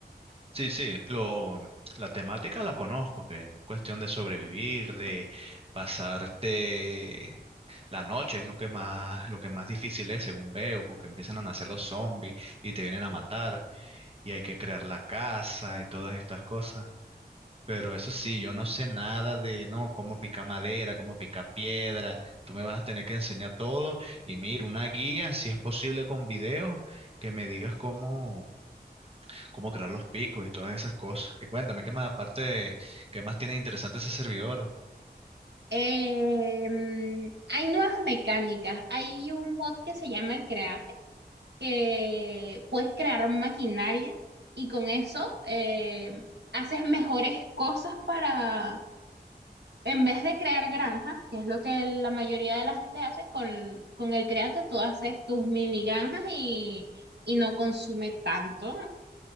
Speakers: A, on the right; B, on the right.
A: Sí, sí, lo, la temática la conozco, que es cuestión de sobrevivir, de pasarte la noche, es lo que más, lo que más difícil es, según veo, porque empiezan a nacer los zombies y te vienen a matar, y hay que crear la casa y todas estas cosas. Pero eso sí, yo no sé nada de, no, cómo picar madera, cómo picar piedra. Tú me vas a tener que enseñar todo. Y mira, una guía, si es posible con video, que me digas cómo, cómo crear los picos y todas esas cosas. Y cuéntame, ¿qué más aparte, de- qué más tiene interesante ese servidor?
B: Em, hay nuevas mecánicas. Hay un mod que se llama el Create, que puedes crear maquinaria y con eso em, haces mejores cosas para en vez de crear granjas, que es lo que la mayoría de la gente hace, con, con el Créate tú haces tus mini granjas y, y no consume tanto